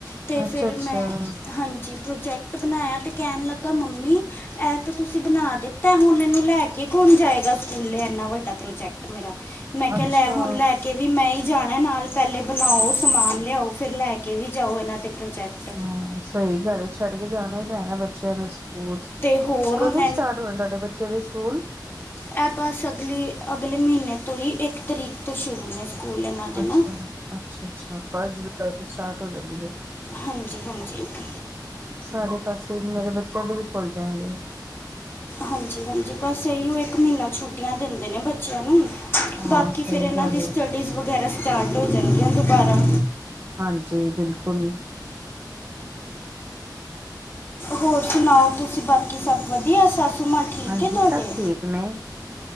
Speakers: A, on the left; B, on the right.
A: ਤੇ ਫਿਰ
B: ਅੱਛਾ ਅੱਛਾ
A: ਮੈਂ ਹਾਂਜੀ ਪ੍ਰੋਜੈਕਟ ਬਣਾਇਆ ਅਤੇ ਕੈਂਣ ਲੱਗਾ ਮੰਮੀ ਐ ਤਾਂ ਤੁਸੀਂ ਬਣਾ ਦਿੱਤਾ ਹੁਣ ਇਨੂੰ ਲੈ ਕੇ ਕੌਣ ਜਾਏਗਾ ਸਕੂਲ ਇੰਨਾ ਵੱਡਾ ਪ੍ਰੋਜੈਕਟ ਮੇਰਾ ਮੈਂ ਕਿਆ
B: ਅੱਛਾ
A: ਲੈ ਹੁਣ ਲੈ ਕਿ ਵੀ ਮੈਂ ਈ ਜਾਣਾ ਨਾਲ ਪੈਲੇ ਬਣਾਓ ਸਮਾਨ ਲਿਆਓ ਫਿਰ ਲੈ ਕੇ ਵੀ ਜਾਓ ਇਨਾਂ ਦੇ ਪ੍ਰੋਜੈਕਟ
B: ਹਾਂ ਸਈ ਗੱਲ ਛੱਡ ਕੇ ਤੇ ਜਾਣਾ ਹੀ ਪੈਣਾ ਬੱਚਿਆਂ ਨੂੰ ਹੋਰ
A: ਤੇ ਹੋਰ ਹੁਣ
B: ਕਦੋਂ ਸਟਾਰਟ ਹੋਣੇ ਤੁਹਾਡੇ ਬੱਚਿਆਂ ਦੇ ਸਕੂਲ
A: ਐ ਬੱਸ ਅਗਲੀ ਅਗਲੇ ਮ੍ਹੀਨੇ ਤੋਂ ਹੀ ਇੱਕ ਤਰੀਕ ਤੋਂ ਸ਼ੁਰੂ ਨੇ। ਸਕੂਲ ਇਹਨਾਂ ਦੇ ਨਾ
B: ਅੱਛਾ-ਅੱਛਾ-ਅੱਛਾ ਫਸਟ ਜੁਲਾਈ ਤੋਂ ਸਟਾਰਟ ਹੋ ਜਾਣਗੇ।
A: ਹਾਂਜੀ-ਹਾਂਜੀ ਇੱਕ
B: ਸਾਰੇ ਪਾਸੇ ਮੇਰੇ ਬੱਚਿਆਂ ਦੇ ਵੀ ਖੁਲ ਜਾਏਗੇ।
A: ਹਾਂਜੀ-ਹਾਂਜੀ ਬਸ ਇਹੀਓ ਇੱਕ ਮ੍ਹੀਨਾ ਛੁੱਟੀਆਂ ਦਿੰਦੇ ਨੇ ਬੱਚਿਆਂ ਨੂੰ
B: ਹਾਂ
A: ਬਾਕੀ ਫਿਰ
B: ਸਹੀ
A: ਇਹਨਾਂ
B: ਗੱਲ
A: ਦੀ ਸਟੱਡੀਜ਼
B: ਹੈ
A: ਵਗੈਰਾ ਸਟਾਰਟ ਹੋ ਜਾਣਗੀਆਂ ਦੁਬਾਰਾ
B: ਹਾਂਜੀ ਬਿਲਕੁਲ
A: ਹੋਰ ਸੁਣਾਓ ਤੁਸੀਂ ਬਾਕੀ ਸਭ ਵਧੀਆ ਸੱਸੂ ਮਾਂ ਠੀਕ
B: ਹਾਂਜੀ
A: ਐ ਤੁਹਾਡੇ
B: ਸਭ ਠੀਕ ਨੇ